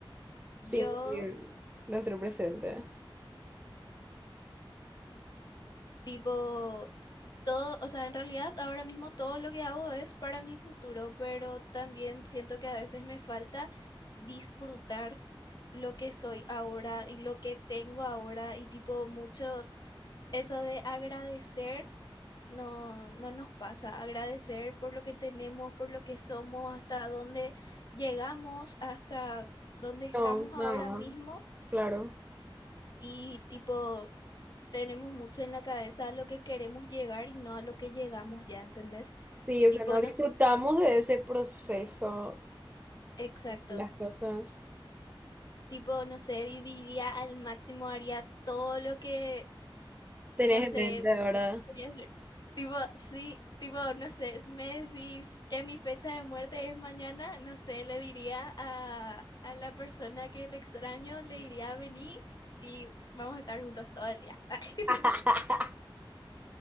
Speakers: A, on the right (about 20°); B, on the left (about 50°).
A: sin
B: Yo,
A: vivir nuestro presente?
B: tipo, todo, o sea, en realidad ahora mismo todo lo que hago es para mi futuro, pero también siento que a veces me falta disfrutar lo que soy ahora y lo que tengo ahora y tipo mucho eso de agradecer. No, no nos pasa agradecer por lo que tenemos, por lo que somos, hasta dónde llegamos, hasta dónde estamos
A: No,
B: ahora
A: no,
B: mismo
A: claro.
B: y tipo tenemos mucho en la cabeza a lo que queremos llegar y no a lo que llegamos ya, ¿entendés?
A: Sí,
B: Y
A: o
B: tipo
A: sea, no
B: nos,
A: disfrutamos de ese proceso,
B: exacto,
A: las cosas.
B: tipo no sé, viviría al máximo, haría todo lo que,
A: Tenés
B: no sé,
A: en mente, ¿verdad?
B: me voy a hacer. Tipo, sí, tipo, no sé, si me decís que mi fecha de muerte es mañana, no sé, le diría a, a la persona que le extraño, le diría vení y vamos a estar juntos todo el día. <laughs>
A: <laughs>